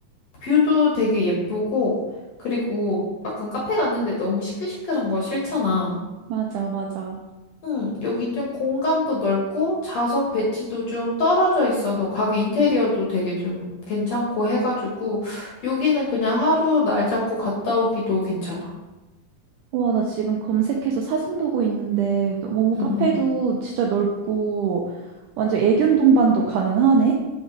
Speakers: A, on the left; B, on the right.
A: 뷰도 되게 예쁘고, 그리고 약간 카페 갔는데 너무 시끌시끌한 거 싫잖아.
B: 맞아, 맞아.
A: 응, 여긴 좀 공간도 넓고 좌석 배치도 좀 떨어져 있어서 가게 인테리어도 되게 좀 괜찮고 해가지고 여기는 그냥 하루 날 잡고 갔다 오기도 괜찮아.
B: 와, 나 지금 검색해서 사진 보고 있는데 너무
A: 응,
B: 카페도
A: 응.
B: 진짜 넓고 완전 애견 동반도 가능하네.